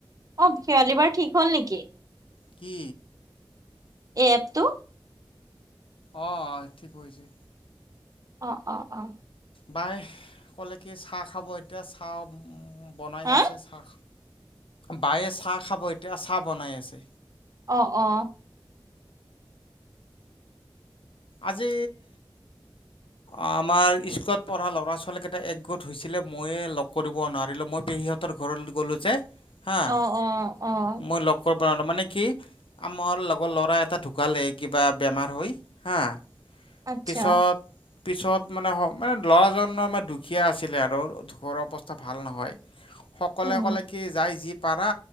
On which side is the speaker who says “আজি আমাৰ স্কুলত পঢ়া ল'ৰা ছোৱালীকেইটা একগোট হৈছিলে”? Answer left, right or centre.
Left